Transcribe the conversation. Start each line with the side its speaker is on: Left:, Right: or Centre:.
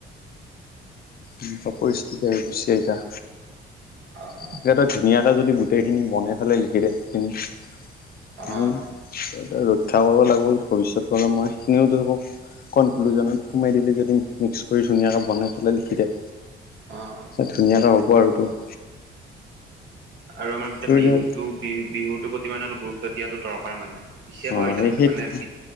Left: এনেকুৱা পৰিস্থিতি আহি পৰিছে এতিয়া।
Right: আহ
Left: <unintelligible> ধুনীয়াকে যদি গোটেই খিনি বনাই ফেলে লিখি দে সেইখিনি
Right: আহ
Left: ৰক্ষা কৰিব লাগিব ভৱিষ্যত প্ৰজন্মই <unintelligible> কনক্লুজনত সোমাই দিলে যদি মিক্স কৰি ধুনীয়াকৈ বনাই পেলাই লিখি দিয়ে।
Right: অ'।
Left: ধুনীয়াকৈ হ'ব আৰু তোৰ।
Right: আৰু আমাৰ
Left: তোৰ
Right: বিহুতো,
Left: যে
Right: বিহু বিহুতৰ প্ৰতি ইমান অলপ গুৰুত্ব দিয়াটো দৰকাৰ মানে। <unintelligible> এতিয়া
Left: অ সেই সেইটো
Right: মানে বি